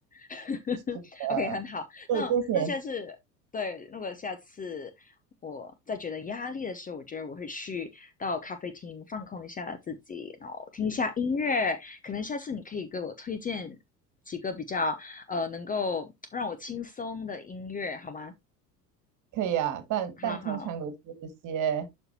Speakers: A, on the left (about 15°); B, on the right (about 35°).
A: <laughs>？OK，
B: 是的，
A: 很好。
B: 对这些
A: 那那下次，对，如果下次我在觉得压力的时候，我觉得我会去到咖啡厅放空一下自己，然后听一下音乐，可能下次你可以给我推荐几个比较呃能够让我轻松的音乐，好吗？
B: 可以啊，但但通常都是一些
A: 好好，